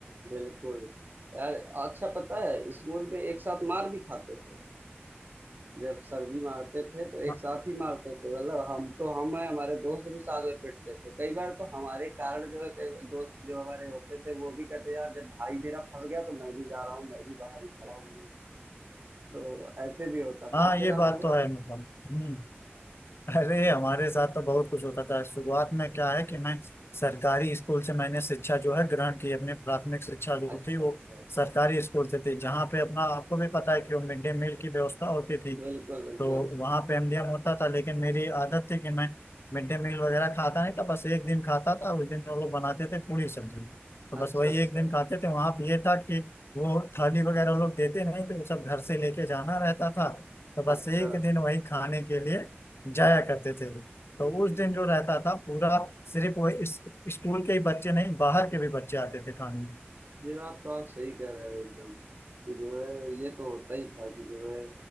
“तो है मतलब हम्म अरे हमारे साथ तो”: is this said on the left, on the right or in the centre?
Left